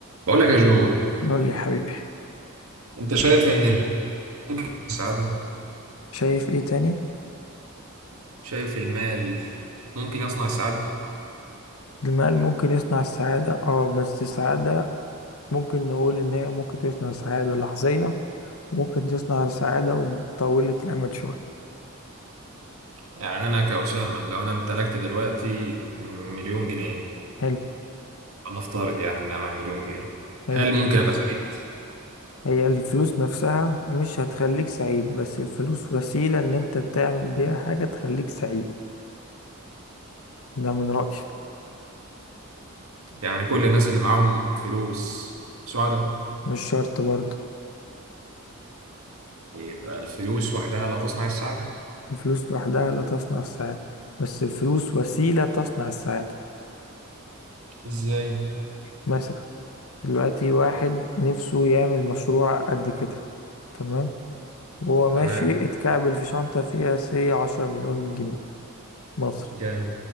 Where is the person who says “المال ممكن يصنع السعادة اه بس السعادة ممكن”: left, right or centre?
Left